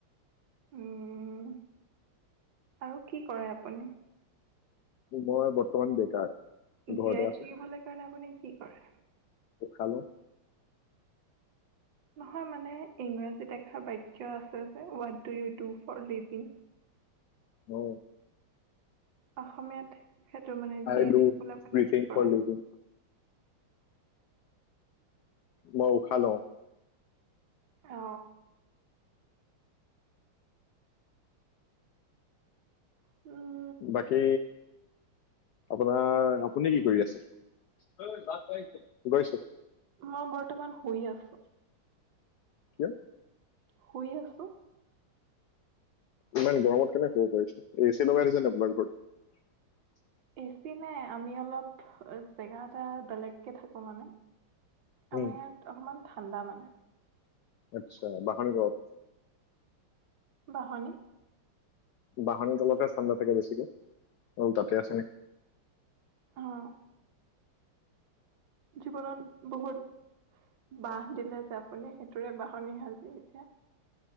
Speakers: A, on the right; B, on the left.
A: উম আৰু কি কৰে আপুনি?
B: মই বৰ্তমান বেকাৰ
A: জীয়াই
B: ঘৰতে আছো
A: থাকিবলৈ কাৰণে আপুনি কি কৰে?
B: উশাহ লও।
A: নহয় মানে ইংৰাজী এখাৰ বাক্য আছে যে what do you do for living
B: অ
A: অসমীয়াত সেইটো মানে, জীয়াই
B: আই ডু
A: থাকিবলৈ আপুনি
B: ব্ৰিথিং
A: কি কৰে?
B: ফৰ লিভিং মউ খালোঁ।
A: অ উম
B: বাকী আপোনাৰ আপুনি কি কৰি আছে গৈছোঁ।
A: মই বৰ্তমান শুই আছোঁ।
B: কিয়?
A: শুই আছোঁ
B: ইমান গৰমত কেনেকৈ শুব পাৰিছে? এ চি লগাই দিছে নাই আপোনাৰ ঘৰত
A: এ চি নাই আমি অলপ--জেগা এটা বেলেগকে থাকো মানে,
B: উম,
A: আমাৰ ইয়াত অকমান ঠাণ্ডা মানে
B: আচ্ছা--বাহনি গৰত
A: বাহনিত
B: বাহনিৰ তলতে ঠাণ্ডা থাকে বেছিকে অ তাতে আছে নে?
A: অ'। জীৱনত বহুত বাঁহ দিলে যে আপুনি, সেইটোৰে বাহনি সাজি এতিয়া,